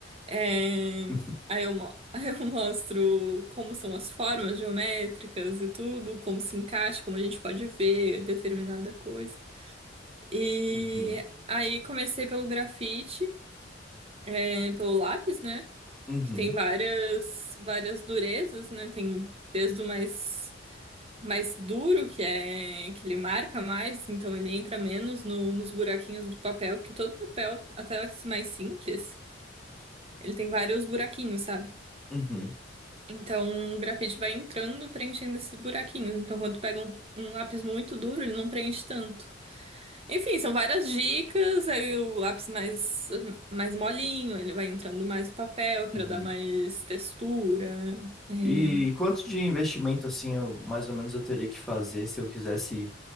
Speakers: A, on the right (about 35°); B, in the centre.
A: É,
B: <laughs>
A: aí eu, mo- <laughs> aí eu mostro como são as formas geométricas e tudo, como se encaixa, como a gente pode ver determinada coisa. E
B: uhum,
A: aí comecei pelo grafite, é, pelo lápis, né?
B: uhum,
A: que tem várias várias durezas, né? Tem desde o mais mais duro, que é que ele marca mais, então ele entra menos no- nos buraquinhos do papel, porque todo papel, até esse mais simples, ele tem vários buraquinhos, sabe?
B: uhum,
A: Então o grafite vai entrando, preenchendo esses buraquinhos. Então quando tu pega um, um lápis muito duro, ele não preenche tanto. Enfim, são várias dicas. Aí o lápis mais, mais molinho, ele vai entrando mais no papel para
B: uhum.
A: dar mais textura. é.
B: E quanto de investimento, assim, eu, mais ou menos eu teria que fazer se eu quisesse